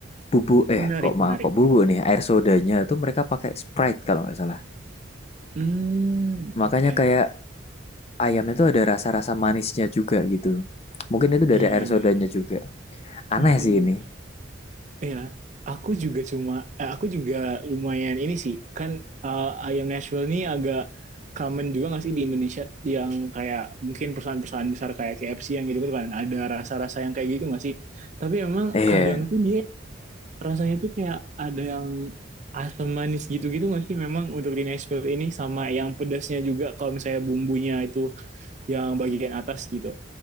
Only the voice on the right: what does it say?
Menarik,
menarik.
Hmm,
oke.
Iya,
iya,
iya.
Hmm.
Iya, aku juga cuma, eh, aku juga lumayan ini sih, kan eh, ayam Nashville ini agak common juga nggak sih di Indonesia yang kayak mungkin perusahaan-perusahaan besar kayak KFC yang gitu kan ada rasa-rasa yang kayak gitu nggak sih? Tapi emang
kadang tuh dia rasanya tuh kayak ada yang asam manis gitu-gitu nggak sih? Memang untuk di Nashville ini sama yang pedasnya juga kalau misalnya bumbunya itu yang bagian atas gitu